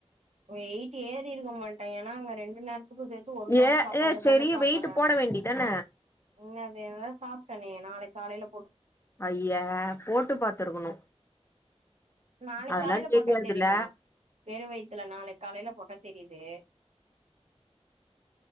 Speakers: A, on the right; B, on the left.
A: வெயிட் ஏறிருக்க மா ட்ட ஏன்னா அங்க ரெண்டு நேரத்துக்கு சேத்து ஒரு நேர
B: ஏ
A: சாப்பாடுதான
B: ஏ செரி
A: சாப்பட்றே
B: வெயிட்டு போட வேண்டிதான
A: இன்ன அதையதா சாப்ட்டனே நாளைக் காலையில
B: ஐயே போட்டு பாத்துருக்கணு
A: நாளைக்
B: அதெல்லா
A: காலையில
B: தெரியாதுல்ல
A: போட்டா தெரியு வெறு வயித் துல நாளைக் காலையில போட்டா தெரியுது